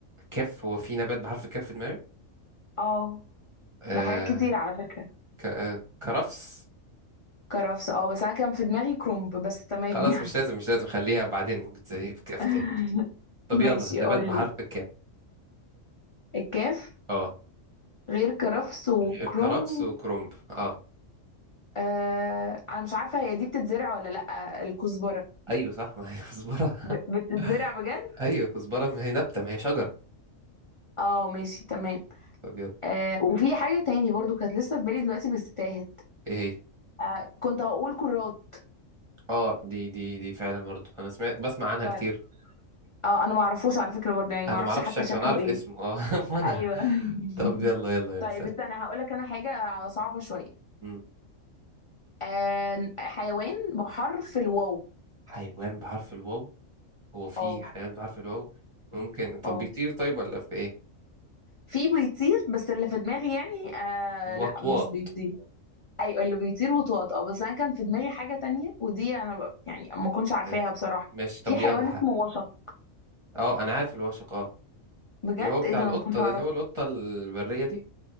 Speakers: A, on the right; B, on the left.
A: كاف هو في نبات بحرف الكاف في دماغك
B: اه
A: آه
B: ده حاجات كتير على فكرة
A: ك... آه كرفس
B: كرفس اه بس انا كان في دماغي كرنب بس تمام
A: خلاص
B: يعني
A: مش لازم مش لازم خليها بعدين بتسليني في كاف
B: <laughs>
A: تاني طب يلا
B: ماشي
A: نبات
B: قول
A: بحرف
B: لي
A: الكاف
B: الكاف
A: اه
B: غير كرفس وكرنب
A: غير كرفس وكرنب اه
B: آه... انا مش عارفة هي دي بتتزرع ولا لأ الكزبرة
A: ايوه صح ما هي كزبرة
B: ب- بتتزرع بجد
A: <laughs> ايوه كزبرة ما هي نبتة ما هي شجرة
B: اه ماشي تمام
A: طب يلا
B: آه وفي حاجة تاني برضو كانت لسه في بالي دلوقتي بس تاهت
A: ايه هي
B: آه كنت هقول كرات
A: اه دي دي دي فعلا برضو انا سمعت بسمع عنها
B: طيب
A: كتير
B: اه انا ما اعرفوش على فكره برضه يعني ما
A: انا
B: اعرفش
A: ما اعرفش
B: حتى
A: شكله
B: شكله
A: انا اعرف
B: ايه
A: اسمه اه <laughs> وانا
B: ايوه <laughs>
A: طب يلا يلا يلا
B: طيب
A: سلام
B: استنى هقول لك انا حاجه صعبه شويه
A: مم.
B: آه حيوان بحرف الواو
A: حيوان بحرف الواو هو في
B: اه
A: حيوانات بحرف الواو ممكن طب
B: اه
A: بيطير طيب ولا في ايه
B: في بيطير بس اللي في دماغي يعني آه
A: وطواط
B: لا مش بيطير ايوه اللي بيطير وطواط اه بس انا كان في دماغي حاجه تانية ودي انا ب... يعني ما كنتش عارفاها
A: ماشي
B: بصراحه
A: ماشي طب
B: في حيوان
A: يلا ح-
B: اسمه وشق
A: اه انا عارف الوشق اه
B: بجد
A: اللي هو بتاع
B: ايه ده
A: القطة
B: انا ما كنتش اعرف
A: ده اللي هو القطة البرية دي